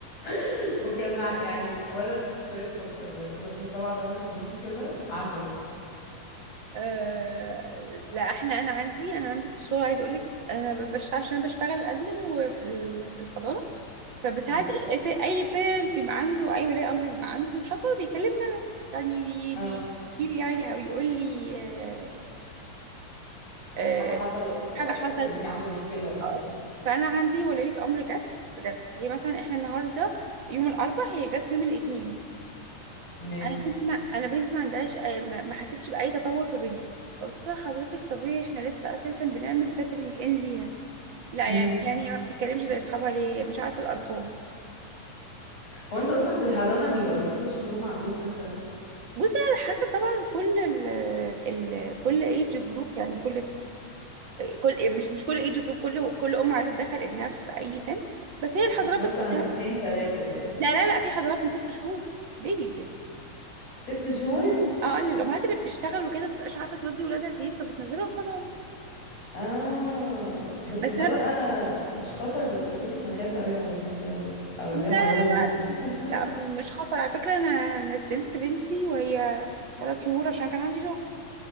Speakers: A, on the left; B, on the right.
A: <laughs> وكان ع- يعني ولد زي السكر بجد عنده سبع تمن سنين كده عسل
B: آه... لا احنا انا عندي انا عندي في الشغل عايزه اقول لك انا بشتغل عشان انا بشتغل ادمن وفي ال... في الحضانة فبساعات
A: اه
B: ال- ال- اي بيرنت بيبقى عنده اي ولي امر بيبقى عنده شكوى بيكلمنا يعني بي-
A: اه
B: بيشتكي لي يعني او يقول لي آه، آه،
A: حاجة حصلت ولا
B: حاجه حصلت
A: ابني عنده مشكلة وكده
B: آه. فانا عندي ولية امر جت بجد هي مثلا احنا النهارده يوم الاربع هي جت يوم الاثنين
A: ماشي
B: انا بنتي ما انا بنتي ما عندهاش آه، ما ما حسيتش باي تطور في بنتي قلت لها حضرتك طبيعي احنا لسه اساسا بنعمل سيتلينج ان ليها لا
A: امم
B: يعني يعني هي ما بتتكلمش زي اصحابها ليه مش عارفه الارقام
A: هو انتوا اصلا في الحضانة بيبقى بتخش من هما عندهم كام سنة
B: بصي على حسب طبعا كل ال ال كل ايج جروب يعني كل كل مش مش كل ايج جروب كل كل ام عايزه تدخل ابنها في اي سن بس هي الحضانات
A: بس مثلا
B: بتبقى
A: اتنين تلاتة كده صح
B: لا لا لا في حضانات من ست شهور بيبيز يعني
A: ست شهور
B: اه للامهات اللي بتشتغل وكده متبقاش عارفه تودي ولادها فين فبتنزلهم حضانه
A: اه بس
B: بس
A: ده
B: انا
A: بقى مش خطر ولا كده انا خايف قوي على بنتي اوديها
B: لا
A: حضانة
B: لا
A: من ست
B: لا
A: شهور <laughs>
B: لا مش خطر على فكره انا نزلت بنتي وهي ثلاث شهور عشان كان عندي شغل